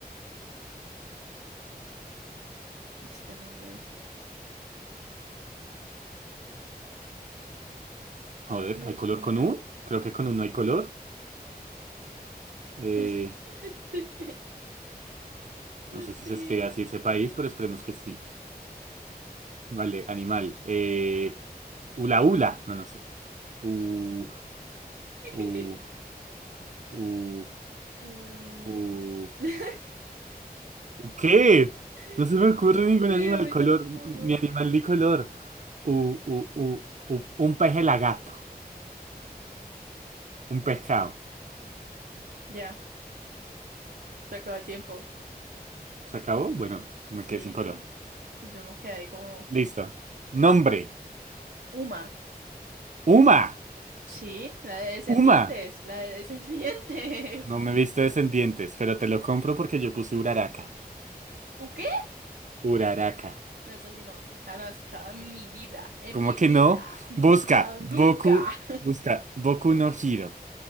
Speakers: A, on the right (about 80°); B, on the right (about 50°).
A: Este nombre es.
B: Joder,
A: Dios
B: ¿hay color
A: mío.
B: con U? Creo que con U no hay color. Eh,
A: <laughs> Dios
B: no sé si
A: mío.
B: se escribe así ese país, pero esperemos que sí. Vale, animal. Eh, ula ula. No, no sé. U,
A: <laughs>
B: U, U,
A: U.
B: U.
A: <laughs>
B: ¿Qué?
A: <laughs>
B: No se me ocurre
A: No
B: ningún
A: sé,
B: animal
A: a mí
B: color,
A: tampoco.
B: ni animal de color. U, u- u- u- un pez gato Un pescado.
A: Ya, se acaba el tiempo.
B: ¿Se acabó? Bueno, me
A: Sí,
B: quedé sin color.
A: pues yo me quedé ahí como...
B: Listo. Nombre.
A: Uma.
B: Uma.
A: Sí, la de Descendientes,
B: Uma.
A: la de <laughs> Descendientes.
B: No me he visto descendientes, pero te lo compro porque yo puse Uraraka.
A: ¿U qué?
B: Uraraka.
A: No, es así, no. Ah, no la he escuchado en mi vida, en
B: ¿Cómo
A: mi
B: que
A: vida.
B: no?
A: No
B: Busca.
A: he escuchado
B: Boku.
A: nunca. <laughs>
B: Busca. Boku no Hiro.